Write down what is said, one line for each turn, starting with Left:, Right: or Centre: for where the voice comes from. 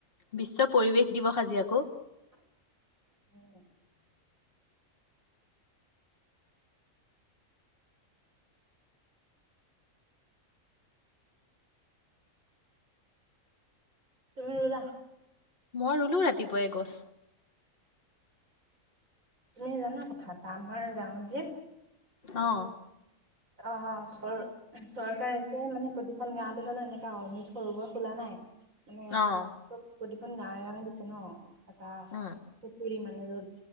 Left: বিশ্ব পৰিৱেশ দিৱস আজি আকৌ।
Right: <unintelligible> তুমি ৰুলা?
Left: মই ৰুলো ৰাতিপুৱাই গছ।
Right: তুমি জানা কথা এটা? আমাৰ গাঁৱত যে
Left: অঁ।
Right: অ'হ, চৰ - চৰকাৰে যে মানে প্ৰতি খন গাঁৱতে জানো এনেকা <unintelligible> খোলা নাই? <unintelligible>
Left: অ'
Right: চব প্ৰতিখন গাঁৱে গাঁৱে <unintelligible> <unintelligible> জ ন কুকুৰী
Left: উম।
Right: মানে ৰ'দ